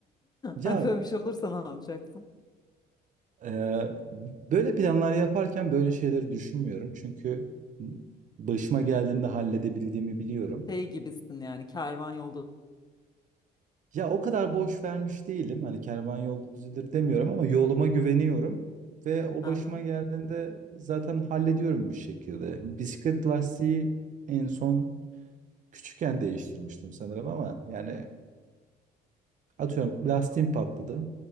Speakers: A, on the right; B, on the left.
A: Ya
B: Ay böyle bir şey olursa ne yapacaksın?
A: e, böyle planlar yaparken böyle şeyleri düşünmüyorum. Çünkü başıma geldiğinde halledebildiğimi biliyorum.
B: Şey gibisin yani kervan yolda.
A: Ya o kadar boş vermiş değilim. Hani kervan yolda düzelir demiyorum ama yoluma güveniyorum. Ve o
B: Aha,
A: başıma geldiğinde zaten hallediyorum bir şekilde. Bisiklet lastiği en son küçükken değiştirmiştim sanırım ama yani atıyorum lastiğim patladı.